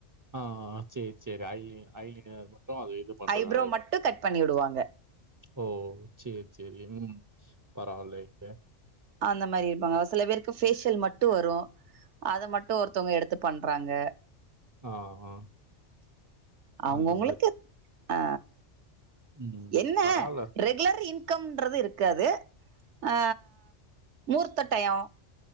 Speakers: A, on the right; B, on the right.
A: ஆஹ் செரி செரி ஐய் ஐலர் மட்டும் அது இது பண்றத
B: ஐப்ரோ மட்டும் கட் பண்ணி விடுவாங்க
A: ஓ செரி செரி உம் பரவால்லயே
B: அந்த மாரி இருப்பாங்க ஒரு சில பேர் க்கு ஃபேஷியல் மட்டு வரு அத மட்டு ஒருத்தவ்ங்க எடுத்து பண்றாங்க
A: ஆ ஆ
B: அவுங்கவுங்களுக்கு
A: அந்த மாரி.
B: ஆ
A: ம்.
B: என்ன
A: பரவால்ல.
B: ரெகுலர் இன் கம்ன்றது இருக்காது ஆ மூர்த்த டையொ